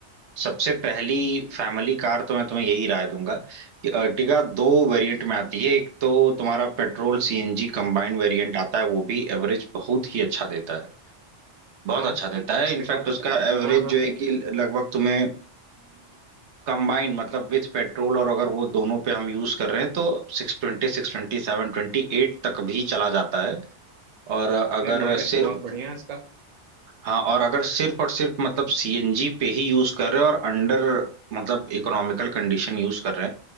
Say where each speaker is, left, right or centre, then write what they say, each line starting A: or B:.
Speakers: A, on the right; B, on the right.
A: सबसे पहली फैमिली कार तो मैं तुम्हें यही राय दूंगा कि अर्टिगा दो वेरिएंट में आती है एक तो तुम्हारा पेट्रोल सीएनजी कंबाइंड वेरिएंट आता है वो भी एवरेज बहुत ही अच्छा देता है बहुत
B: हाँ
A: अच्छा देता है
B: उसके
A: इनफैक्ट
B: बाद
A: उसका एवरेज
B: हाँ हाँ
A: जो है कि लगभग तुम्हें कंबाइंड मतलब विथ पेट्रोल और अगर वो दोनों पे हम यूज कर रहे हैं तो six twenty सिक्स ट्वेंटी seven twenty eight तक भी चला जाता है और अगर
B: अरे माइलेज
A: सिर्फ
B: तो बहुत बढ़िया है इसका
A: हाँ और अगर सिर्फ और सिर्फ मतलब सीएनजी पे ही यूज कर रहे हैं और अंडर मतलब इकोनॉमिकल कंडीशन यूज कर रहे हैं